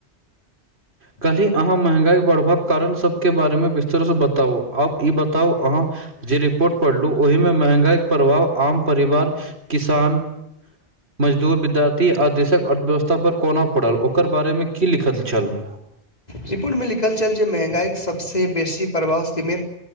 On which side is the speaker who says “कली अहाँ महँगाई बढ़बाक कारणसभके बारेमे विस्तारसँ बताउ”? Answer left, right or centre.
Right